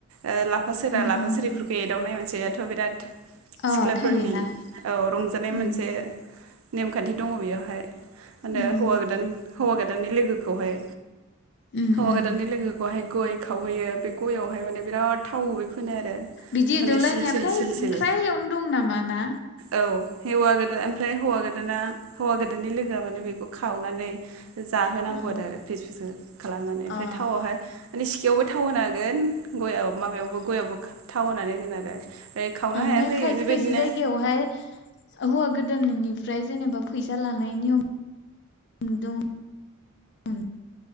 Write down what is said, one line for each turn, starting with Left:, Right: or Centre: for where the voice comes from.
Right: ओ लाफासोरा
Left: उम
Right: लाफासोरिफोरखौ
Left: उम
Right: एदावनाय मोनसे थ' बिराद
Left: अ
Right: सिख्लाफोरनि
Left: थायोना
Right: औ रंजानाय
Left: उम
Right: मोनसे नेमखान्थि दङ बेयावहाय माने
Left: उम
Right: हौवा गोदान हौवा गोदाननि लोगोखौहाय
Left: उम
Right: हौवा
Left: उम
Right: गोदानि लोगो खहाय गय खावहैयो बे गययावहाय माने बिराद थाव फुनो आरो
Left: बिदि
Right: माने
Left: एदावलायनाया
Right: सिल सिल
Left: फ्राय
Right: सिल सिल
Left: फ्रायावनो दं नामा ना?
Right: औ हवा ओमफ्राय हौवा गोदाना हौवा गोदाननि लोगोआ माने बेखौ खावनानै जाहोनांगौ
Left: अ
Right: आरो फिस फिस खालामनानै ओमफ्राय
Left: ओ
Right: थावआवहाय ने सिगायावबो थाव होना हागोन गयावबो माबायावबो गयावबो थाव होनानै होगोन आरो ओमफ्राय खावनो
Left: ओमफाय
Right: हाया जायो
Left: खायसे
Right: बेबायदिनो
Left: खायसे जायगायावहाय हौवा गोदाननि फ्राय जेनेबा फैसा लानाय नियम दङ